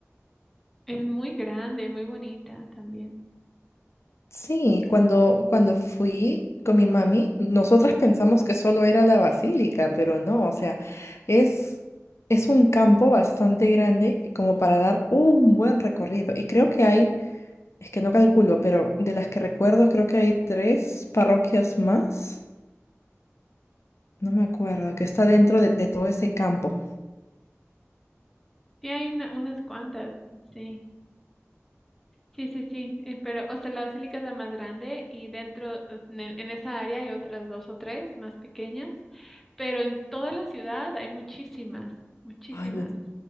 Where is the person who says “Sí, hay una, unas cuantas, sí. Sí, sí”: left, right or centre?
Centre